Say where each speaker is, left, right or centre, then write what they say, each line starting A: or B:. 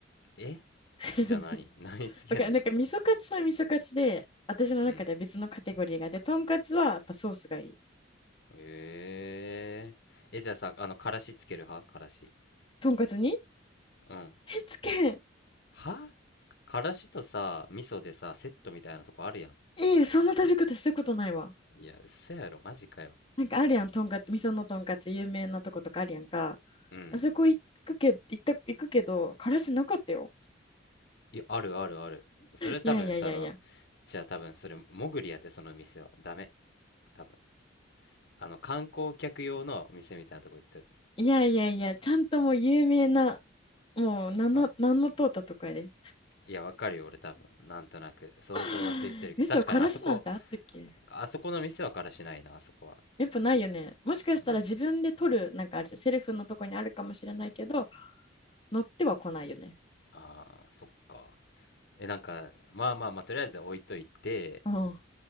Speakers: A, on the left; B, on the left.
A: え
B: <laughs>
A: じゃあ何何つけんの
B: わかるなんか味噌カツは味噌カツで、私の中では別のカテゴリーが。
A: うん。
B: で、とんかつはやっぱソースがいい。
A: えーえ、じゃあさ、あの、からしつける派からし。
B: とんかつに
A: うん。
B: <laughs> え、つけ、
A: はからしとさ、味噌でさ、セットみたいなとこあるやん。
B: いい、そんな食べ方したことないわ。
A: いや、嘘やろ、マジかよ。
B: なんかあるやん、とんかつ、味噌のとんかつ有名なとことかあるやんか。
A: うん。
B: あそこ行くけ、行った、行くけど、からしなかったよ。
A: いや、あるあるある。それ多分さ、
B: いやいやいやいや。
A: あの、じゃあ多分それ、もぐりやって、その店は。ダメ。多分あの観光客用のお店みたいなとこ行っとる
B: いやいやいや、ちゃんともう有名なもう、なんの、
A: あ
B: なんの通ったとこやで。
A: いやわかるよ俺多分なんとなく想像はついてるけど確かにあそこ
B: <laughs> 嘘、からしなんてあったっけ
A: あそこの店はからしないなあそこは
B: やっぱないよね。もしかしたら自分で取る、
A: うん
B: なんかある、セルフのとこにあるかもしれないけど、乗っては来ないよね。
A: ああーそっかえなんかまあまあまあとりあえず置いといて
B: うん。